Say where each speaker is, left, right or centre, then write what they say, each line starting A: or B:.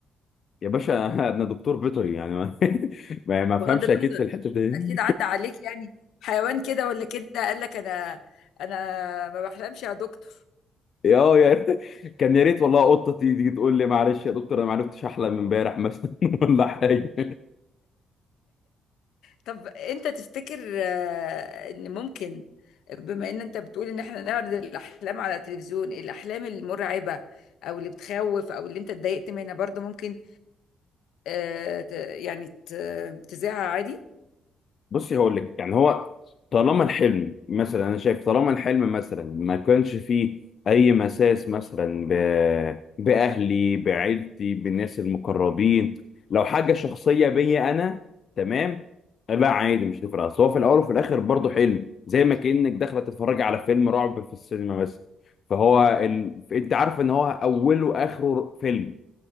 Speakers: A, on the left; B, on the left.
A: يا باشا <laughs> انا دكتور بيطري يعني ما <laughs> ما ما افهمش
B: بغض النظر
A: اكيد في الحته دي
B: اكيد عدى عليك يعني حيوان كده ولا كده قال لك انا انا ما بحلمش يا دكتور
A: <laughs> يا اه يا ريت- كان يا ريت والله قطه تيجي تقول لي معلش يا دكتور انا ما عرفتش احلم امبارح مثلا <laughs> ولا حاجه
B: طب انت تفتكر آه، ان ممكن بما ان انت بتقول ان احنا نعرض الاحلام على التلفزيون الاحلام المرعبة او اللي بتخوف او اللي انت اتضايقت منها برضو ممكن آه، ت- يعني ت- تذاعها عادي
A: بصي هقول لك يعني هو طالما الحلم مثلا انا شايف طالما الحلم مثلا ما كانش فيه اي مساس مثلا ب... باهلي بعيلتي بالناس المقربين لو حاجه شخصيه بيا انا تمام لا عادي مش تفرق اصل هو في الاول وفي الاخر برضه حلم زي ما كانك داخله تتفرجي على فيلم رعب في السينما مثلا فهو ال... انت عارف ان هو اوله واخره فيلم